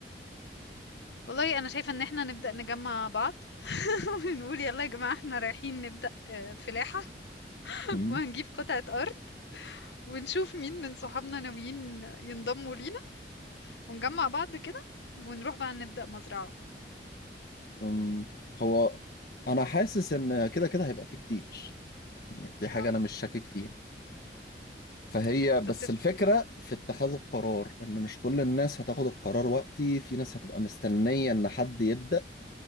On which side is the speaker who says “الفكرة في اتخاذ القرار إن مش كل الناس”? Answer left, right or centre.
Left